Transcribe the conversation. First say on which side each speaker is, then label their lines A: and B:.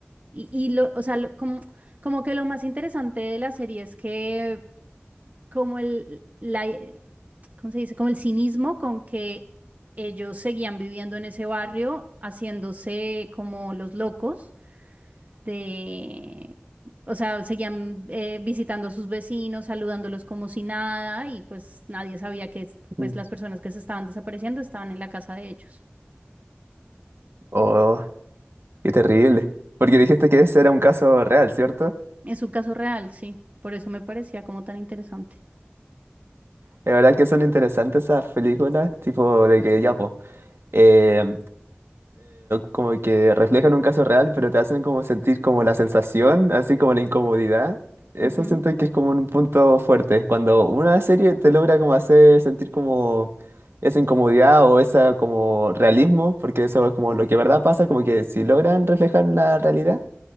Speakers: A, on the right; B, on the right.
A: y, y lo, o sea, lo- como, como que lo más interesante de la serie es que como el, la, ¿cómo se dice? Como el cinismo con que ellos seguían viviendo en ese barrio, haciéndose como los locos de, o sea, seguían eh, visitando a sus vecinos, saludándolos como si nada, y pues nadie sabía que pues
B: Mm.
A: las personas que se estaban desapareciendo estaban en la casa de ellos.
B: Oh, qué terrible. Porque dijiste que ese era un caso real, ¿cierto?
A: Es un caso real, sí, por eso me parecía como tan interesante.
B: Es verdad que son interesantes esas películas, tipo de que ya, pues, eh, como que reflejan un caso real, pero te hacen como sentir como la sensación, así como la incomodidad. Eso
A: Ujú.
B: siento que es como un punto fuerte, cuando una serie te logra como hacer sentir como esa incomodidad o esa como realismo, porque eso es como lo que verdad pasa, como que si logran reflejar la realidad,